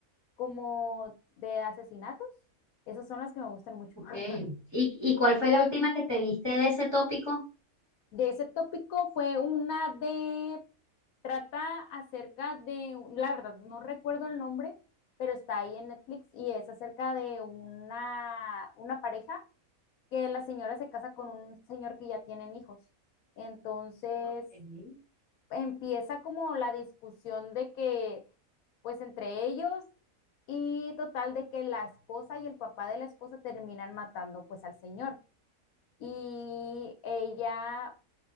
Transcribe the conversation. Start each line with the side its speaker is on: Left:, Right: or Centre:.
Left: como de asesinatos. Esas son las que me gustan mucho.
Right: Ok.
Left: <laughs>
Right: ¿Y, y cuál fue la última que te diste de ese tópico?
Left: De ese tópico fue una de, trata acerca de, la verdad, no recuerdo el nombre, pero está ahí en Netflix y es acerca de una, una pareja que la señora se casa con un señor que ya tienen hijos. Entonces,
Right: Ok.
Left: empieza como la discusión de que, pues entre ellos y total de que la esposa y el papá de la esposa terminan matando pues al señor. Y ella